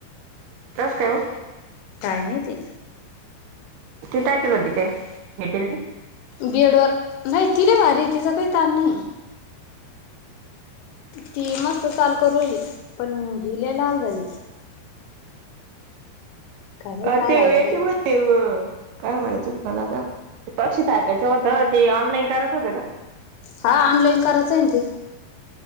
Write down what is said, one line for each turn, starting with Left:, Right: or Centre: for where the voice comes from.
Right: त्यात काय ओ?
Left: काय माहिती.
Right: ती काय केल तिथे काय भेटेल ते
Left: बेडवर नाही ति लय भारी तिचा काही तान नाहीये. ती मस्त चाल करुराहीली पण हि लई लाल झाली. काय माहित
Right: अ
Left: काय
Right: तेव
Left: झालं
Right: याची
Left: त्याला
Right: भजे काय म्हणायच होत मला आता पाचशे टाकायचे. तेव्हा होत ते ऑनलाईन करायच होत का?
Left: हा ऑनलाईन करायच आहे ते